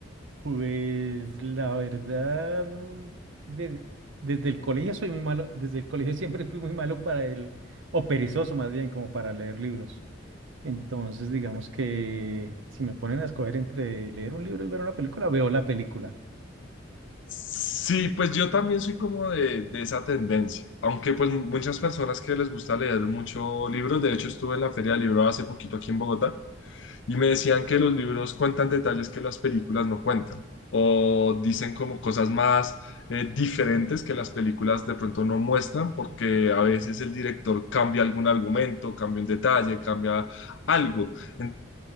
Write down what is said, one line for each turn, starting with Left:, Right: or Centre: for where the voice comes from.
Right: Pues la verdad, de- desde el colegio soy muy malo, desde el colegio <laughs> siempre fui muy malo para el, o perezoso más bien, como para leer libros. Entonces, digamos que si me ponen a escoger entre leer un libro y ver una película, veo la película.
Left: Sí, pues yo también soy como de, de esa tendencia, aunque pues muchas personas que les gusta leer mucho libros, de hecho estuve en la Feria del Libro hace poquito aquí en Bogotá Y me decían que los libros cuentan detalles que las películas no cuentan, o dicen como cosas más eh, diferentes que las películas de pronto no muestran, porque a veces el director cambia algún argumento, cambia un detalle, cambia algo. En-